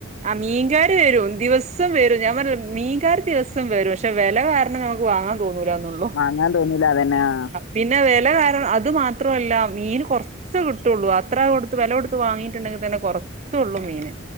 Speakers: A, on the right; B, on the left.
A: ആ മീൻകാര് വരും ദിവസ് സം വരും ഞാൻ പറഞ്ഞില്ലേ മീൻകാർ ദിവസം വരും പക്ഷെ വെല കാരണം നമുക്ക് വാങ്ങാൻ തോന്നൂല എന്നൊള്ളൂ.
B: വാങ്ങാൻ തോന്നൂല്ല അതന്നെ ആഹ്
A: പിന്നെ വെല കാരണം അത് മാത്രല്ല മീൻ കുറ ച്ച് കിട്ടുള്ളൂ അത്ര കൊടുത്ത് വെല കൊടുത്ത് വാങ്ങിയിട്ടുണ്ടെങ്കിൽ തന്നെ കുറച്ചേള്ളൂ മീന്